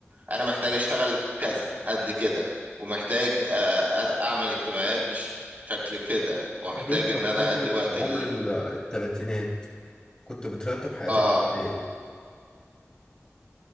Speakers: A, on the right; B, on the left.
A: انا محتاج اشتغل كذا قد كده ومحتاج آه، آه، اعمل اجتماعات بشكل كده ومحتاج
B: طب أنت
A: ان
B: في
A: انا
B: فترة
A: ادي وقت ال...
B: عمر ال- التلاتينات كنت بترتب حياتك
A: اه
B: إزاي؟